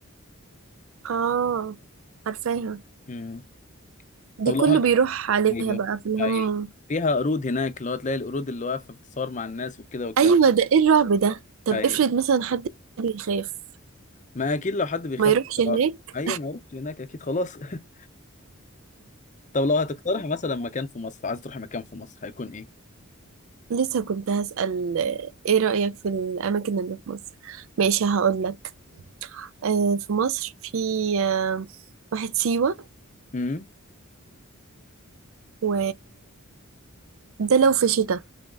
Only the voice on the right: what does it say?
آه عارفاها
دي
كله
بيروح عليها
بقى في الهونيمون
أيوة ده إيه الرعب ده طب
افرض مثلا حد بيخاف
ما يروحش
هناك
لسه كنت هسأل آه، إيه رأيك في الأماكن اللي في مصر ماشي هقولك آه في مصر في آه واحد سيوة
و ده لو في شتاء